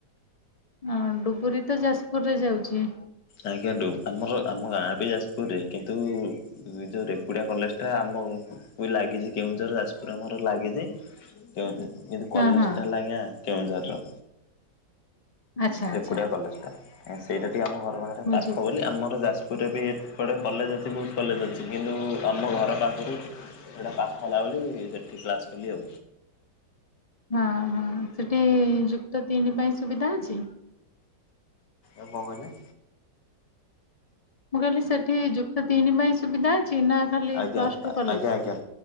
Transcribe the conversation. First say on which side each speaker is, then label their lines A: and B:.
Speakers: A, on the left (about 50°); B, on the left (about 65°).
A: ହଁ ଡୁବରି ତ ଯାଜପୁର ରେ ଯାଉଛି।
B: ଆଜ୍ଞା ଡୁ ଆମର ଆମ ଗାଁ ବି ଯାଜପୁରରେ କିନ୍ତୁ ଯୋଉ ରେକୁଡିଆ କଲେଜ ଟା ଆମ ଅ ବି ଲାଗିଛି କେଉଁଝର ଯାଜପୁର ଆମର ଲାଗିଛି କେଉଁ କିନ୍ତୁ
A: ହଁ
B: କଲେଜ
A: ହଁ
B: ଟା ହେଲା ଆଜ୍ଞା କେଉଁଝରର
A: ଆଚ୍ଛା ଆଚ୍ଛା
B: ରେକୁଡିଆ କଲେଜ ଟା। ଆଁ ସେଇଟା ଟିକେ ଆମ ଘର ବାହାର
A: ବୁଝିଲି।
B: ପାଖ ବୋଲି ଆମର ଯା ପୁରରେ ବି ଏପଟେ କଲେଜ ଅଛି ବହୁତ କଲେଜ ଅଛି କିନ୍ତୁ ଆମ ଘର ପାଖୁରୁ। ସେଇଟା ପାଖ ହେଲା ବୋଲି ସେଠି କ୍ଲାସ କଲି ଆଉ।
A: ହଁ ହଁ ସେଠି ଯୁକ୍ତ ତିନି ପାଇଁ ସୁବିଧା ଅଛି।
B: ଏ ମ କହିଲେ।
A: ମୁଁ କହିଲି ସେଠି ଯୁକ୍ତ ତିନି ପାଇଁ ସୁବିଧା ଅଛି ନା ଖାଲି
B: ଆଜ୍ଞା
A: ପ୍ଲସ ଟୁ କଲେଜ?
B: ଆଜ୍ଞା ଆଜ୍ଞା